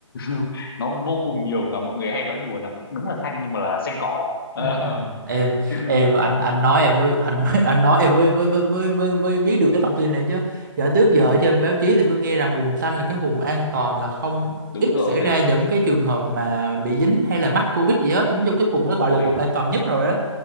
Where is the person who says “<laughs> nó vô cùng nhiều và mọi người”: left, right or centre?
Left